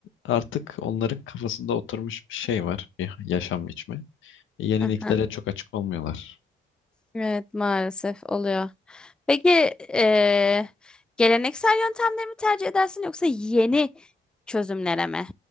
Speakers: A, on the left; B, in the centre.
A: artık onların kafasında oturmuş bir şey var, bir yaşam biçimi. Yeniliklere
B: <laughs>
A: çok açık olmuyorlar.
B: Evet maalesef oluyor. Peki eee, geleneksel yöntemleri mi tercih edersin yoksa yeni çözümlere mi?